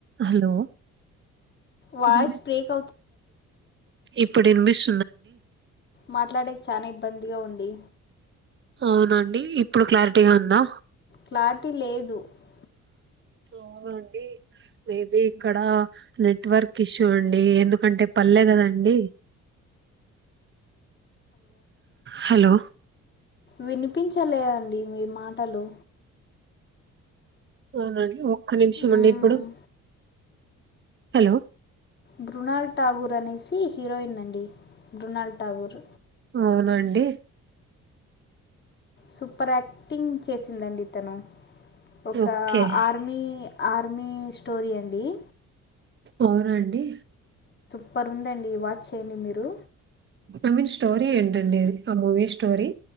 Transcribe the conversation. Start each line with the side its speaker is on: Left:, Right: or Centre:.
Right: హలో
Left: వాయిస్
Right: ఎప్
Left: బ్రేక్
Right: ఇప్పుడే మెస్
Left: మాట్లాడేది చానయింద్. ఇబ్బందిగా ఉంది.
Right: అవునండి ఇ ఇప్పుడు క్లారిటీగా ఉందా.
Left: క్లారిటీ లేదు క్ల
Right: అవునండి మేబి ఇక్కడ నెట్వర్క్ ఇష్యు. చూడండి, ఎందుకంటే పల్లె కదండి. హలో
Left: వినిపించలేదండీ మీ మాటలు
Right: అవునండి ఒ ఒక్క నిమిషం
Left: మ్మ్.
Right: అండి ఇప్పుడు. హలో
Left: మ్రునాల్ ఠాకూర్ అనేసి హీరోయిన్ అండి. మ్రునాల్ టాగూర్.
Right: అవునా అండి.
Left: సుపర్ ఆక్టింగ్ చేసిందండి ఇతను. ఒక
Right: ఓకే.
Left: ఆర్మీ ఆర్మీ స్టోరీ అండి ఈ
Right: అవునా అండి
Left: సుపర్ ఉందండి. వాచ్ చేయండి మీరు.
Right: ఐ మీన్ స్టోరీ ఏంటండి అది ఆ మూవీ స్టోరీ.